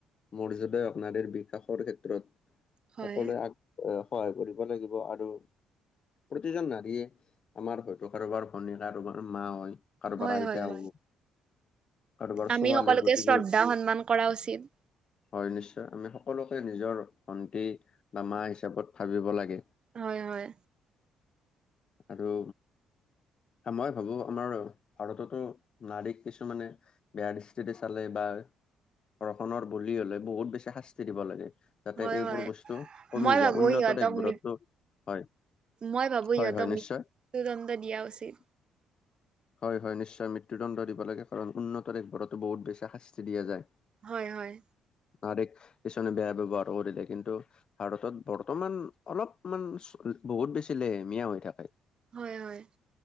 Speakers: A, on the left (about 50°); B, on the right (about 45°).
A: মৰ্যদা নাৰীৰ বিকাশৰ ক্ষেত্ৰত
B: হয়
A: সকলোৱে আগ এ সহায় কৰিব লাগিব আৰু প্ৰতিজন নাৰীয়ে আমাৰ হয়। ত' কাৰোবাৰ ভনী কাৰোবাৰ মা হয় কাৰোবাৰ
B: হয়
A: আইতা
B: হয় হয়
A: হ'ব। কাৰোবাৰ
B: আমি
A: ছোৱালী
B: সকলোকে
A: গতিকে
B: শ্ৰদ্ধা সন্মান কৰা উচিত।
A: হয় নিশ্চয় আমি সকলোকে নিজৰ ভন্টি বা মা হিচাপত ভাবিব লাগে।
B: হয় হয়।
A: আৰু মই ভাবোঁ আমাৰ ভাৰতটো নাৰীক কিছুমানে বেয়া দৃষ্টিৰে চালে বা ধৰ্ষণৰ বলি হ'লে বহুত বেছি শাস্তি দিব লাগে। যাতে
B: হয়
A: এইবোৰ
B: হয়
A: বস্তু কমি
B: মই
A: যায়।
B: ভাবো
A: উন্নত
B: সিহঁতক
A: দেশবোৰত
B: মৃত
A: টো হয়,
B: মই ভাবো
A: হয়
B: সিহঁতক
A: হয় নিশ্চয়।
B: মৃত্যুদণ্ড দিয়া উচিত।
A: <inaudible> হয় হয় নিশ্চয় মৃত্যুদণ্ড দিব লাগে কাৰণ উন্নত দেশবোৰতটো বহুত বেছি শাস্তি দিয়া যায়।
B: হয় হয়।
A: নাৰীক কিছুমানে বেয়া ব্যৱহাৰ কৰিলে কিন্তু ভাৰতত বৰ্তমান অলপমান বহুত বেছি লেহেমীয়া হৈ থাকে।
B: হয় হয়।